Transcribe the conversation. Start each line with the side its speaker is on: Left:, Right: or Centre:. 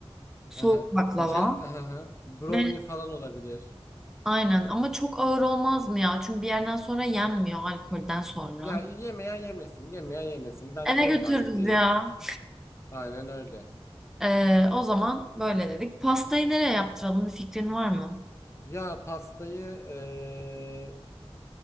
Centre: soğuk
Left: Hı hı.
Centre: baklava
Left: Ce hı hı. Brownie
Centre: ve
Left: falan olabilir.
Centre: aynen ama çok ağır olmaz mı ya? Çünkü bir yerden sonra yenmiyor alkolden sonra.
Left: Ya yemeyen yemesin, yemeyen yemesin. Ben
Centre: Eve
Left: 10
Centre: götürürüz
Left: tane bile yerim.
Centre: ya.
Left: Aynen öyle.
Centre: Ee, o zaman böyle dedik. Pastayı nereye yaptıralım bir fikrin var mı?
Left: Ya pastayı eee,